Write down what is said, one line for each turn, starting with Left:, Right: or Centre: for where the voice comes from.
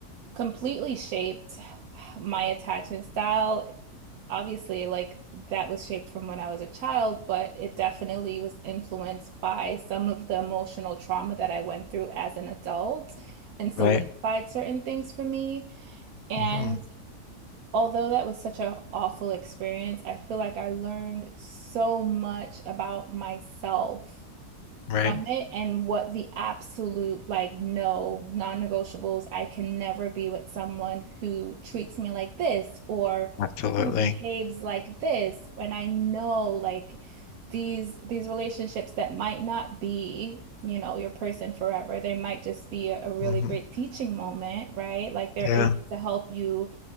Right: completely shaped my attachment style. Obviously, like that was shaped from when I was a child, but it definitely was influenced by some of the emotional trauma that I went through as an adult and solidified
Left: right.
Right: certain things for me. And
Left: hmm
Right: although that was such an awful experience, I feel like I learned so much about myself
Left: right.
Right: from it and what the absolute like no non-negotiables I can never be with someone who treats me like this or
Left: Absolutely.
Right: who behaves like this and I know like these these relationships that might not be you know your person forever they might just be a, a really
Left: hmm
Right: great teaching moment right like they're
Left: Yeah.
Right: able to help you